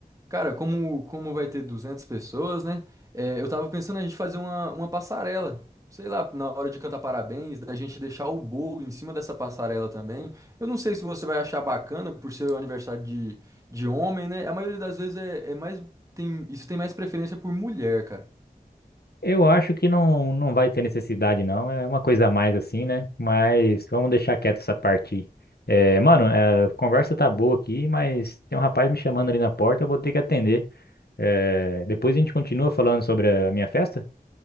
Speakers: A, on the right (about 20°); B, on the left (about 80°).
A: Cara, como, como vai ter 200 pessoas, né? É, eu tava pensando a gente fazer uma, uma passarela. Sei lá, na hora de cantar parabéns, da gente deixar o bolo em cima dessa passarela também. Eu não sei se você vai achar bacana por ser o aniversário de, de homem, né? A maioria das vezes é, é mais. Tem, isso tem mais preferência por mulher, cara.
B: Eu acho que não, não vai ter necessidade, não. É uma coisa a mais assim, né? Mas vamos deixar quieto essa parte. É, mano, é, a conversa tá boa aqui, mas tem um rapaz me chamando ali na porta, eu vou ter que atender. É, depois a gente continua falando sobre a minha festa?